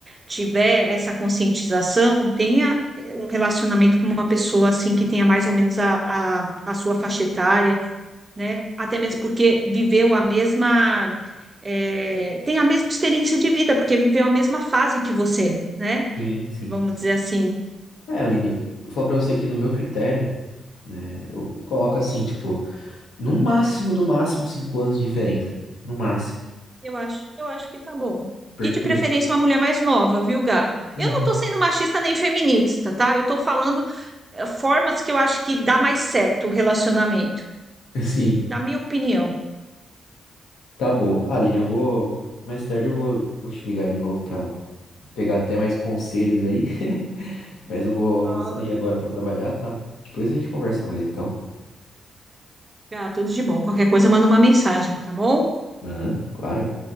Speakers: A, on the right; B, on the left.
A: tiver essa conscientização, tenha eh, um relacionamento com uma pessoa assim que tenha mais ou menos a, a, a sua faixa etária, né? Até mesmo porque viveu a mesma, é, tem a mesma experiência de vida, porque viveu a mesma fase que você, né?
B: Sim, sim.
A: Vamos dizer assim.
B: É, Aline, eu vou falar pra você que no meu critério, né, eu coloco assim, tipo, no máximo, do máximo, cinco anos de diferença. No máximo.
A: Eu acho, eu acho que tá bom.
B: Porque.
A: E de preferência uma mulher mais nova, viu, Gá?
B: Uhum.
A: Eu não tô sendo machista nem feminista, tá? Eu tô falando eh, formas que eu acho que dá mais certo o relacionamento,
B: <laughs> Sim,
A: da minha opinião.
B: tá bom. Aline, eu vou. Mais tarde eu vou, vou te ligar de novo pra pegar até mais conselhos aí. Mas eu vou,
A: Ah,
B: vou sair agora pra trabalhar, tá? Depois a gente conversa mais então.
A: Gá, tudo de bom. Qualquer coisa, manda uma mensagem, tá bom?
B: Mano, claro.